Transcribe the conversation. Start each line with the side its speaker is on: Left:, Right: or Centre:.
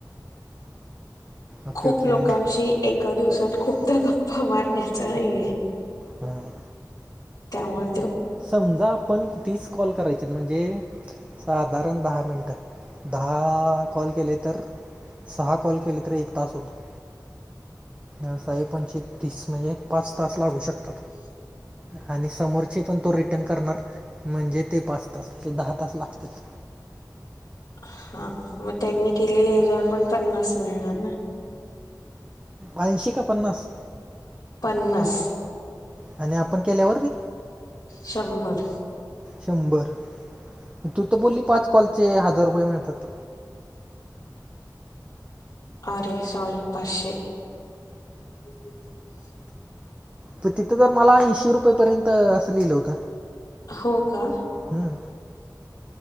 Right: ओके
Left: खूप
Right: ओके
Left: लोकांशी
Right: हां
Left: एका दिवसात खूपदा गप्पा मारण्याचा नाहीये
Right: ह
Left: त्यामुळ
Right: समजा आपण तीस कॉल करायची आहेत म्हणजे साधारण दहा मिनिट दहा कॉल केले तर सहा कॉल केले तरी एक तास होतो ह साही पंचे तीस म्हणजे पाच तास लागू शकतात
Left: हो
Right: आणि समोरचे पण तो रिटर्न करणार म्हणजे ते पाच तास दहा तास लागतातच
Left: हा मग त्यांनी केलेले हेच्यावर पण पन्नास मिळणार ना
Right: ऐंशी का पन्नास
Left: पन्नास
Right: आणि आपण केल्यावर र
Left: शंभर
Right: शंभर तू तर बोलली पाच कॉलचे हजार रुपये मिळतात
Left: अरे सॉरी पाचशे पाचशे
Right: तिथं तर मला ऐंशी रुपयेपर्यंत आहे असं लिहिलं होत
Left: हो का
Right: हम्